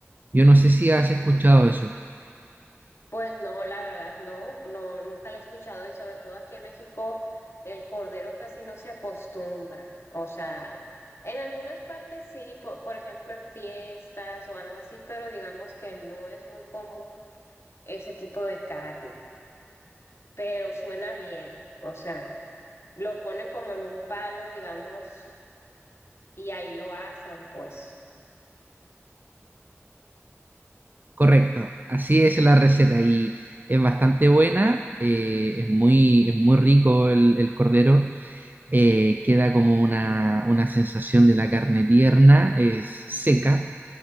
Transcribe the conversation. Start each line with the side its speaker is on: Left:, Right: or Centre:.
Right: Yo no sé si has escuchado eso.
Left: Pues no, la verdad no, no, nunca lo he escuchado y sobre todo aquí en México el cordero casi no se acostumbra. O sea, en algunas partes sí, po- por, ejemplo en fiestas o algo así, pero digamos que no es muy común ese tipo de carne. Pero suena bien, o sea, lo ponen como en un palo, digamos, y ahí lo asan, pues.
Right: Correcto, así es la receta y es bastante buena, eh, es muy, es muy rico el, el cordero, eh, queda como una, una sensación de la carne tierna, es seca,